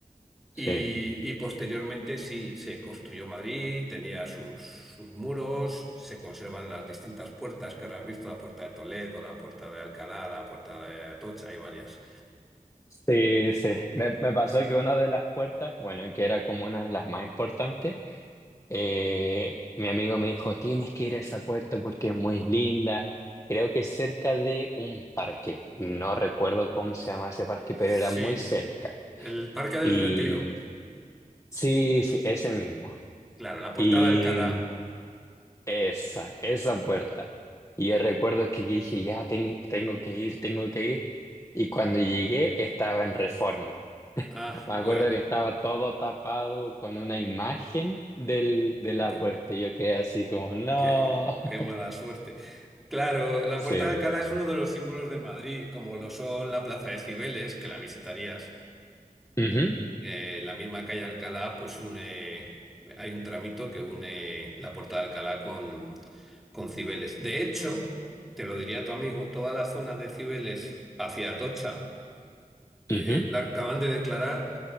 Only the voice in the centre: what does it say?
Y, y posteriormente sí, se construyó Madrid, tenía sus, sus muros, se conservan las distintas puertas que ahora has visto, la puerta de Toledo, la puerta de Alcalá, la puerta de Atocha, hay varias.
Sí,
el Parque del
Retiro,
claro, la puerta
de Alcalá.
Ah,
bueno,
de-
qué,
qué mala suerte. Claro, la
puerta de Alcalá es uno de los símbolos de Madrid, como lo son la Plaza de Cibeles, que la visitarías.
eh, la misma calle Alcalá, pues une, hay un tramito que une la Puerta de Alcalá con, con Cibeles. De hecho, te lo diría tu amigo, toda la zona de Cibeles hacia Atocha, eh,
la acaban de declarar